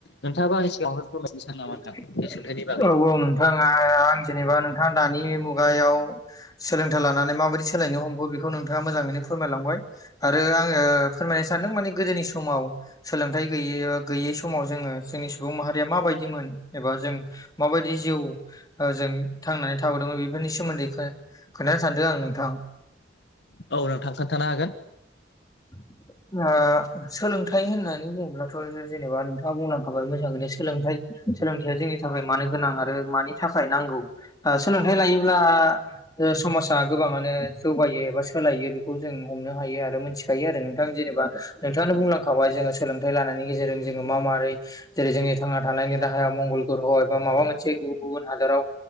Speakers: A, on the left (about 65°); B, on the left (about 20°).
A: नोंथाङाबो आंनि सिगाङावहाय फोरमायथिनो सानो
B: औ
A: नामा नोंथां बे सोलोंथाइनि बागै
B: औ नों नोंथाङा आं जेनेबा नोंथाङा दानि मुगायाव सोलोंथाइ लानानै माबायदि सोलायनो हमखो बेखौ नों थाङा मोजाङैनो फोरमायलांबाय आरो आङो फोरमायनो सानदों माने गोदोनि समाव सोलोंथाइ गैयै गैयै समाव जोङो जोंनि सुबुं माहारिया माबायदिमोन एबा जों माबायदि जिउ जों थांनानै थाबोदोंमोन बेफोरनि सोमोन्दै खोन्थानो सानदों आं नोंथां
A: औ नोंथां खोन्थानो हागोन
B: <inaudible> ओ सोलोंथाइ होननानै बुङोब्लाथ' जेनेबा नोंथाङा बुंलांखाबाय मोजाङैनो सोलोंथाइ सोलोंथायाइया जोंनि थाखाय मानो गोनां आरो मानि थाखाय नांगौ सोलोंथायाइ लायोब्ला समाजा गोबाङानो जौगायो एबा सोलायो बेखौ जों हमनो हायो आरो मोनथिखायो आरो नों नोंथाङानो बुंलांखाबाय जोङो सोलोंथाइ लानायनि गेजेरजों जोङो मा माबोरै जेरै जोंनि थांना थानायनि राहा मंगल ग्रह एबा माबा मोनसे गुबुन गुबुन हादराव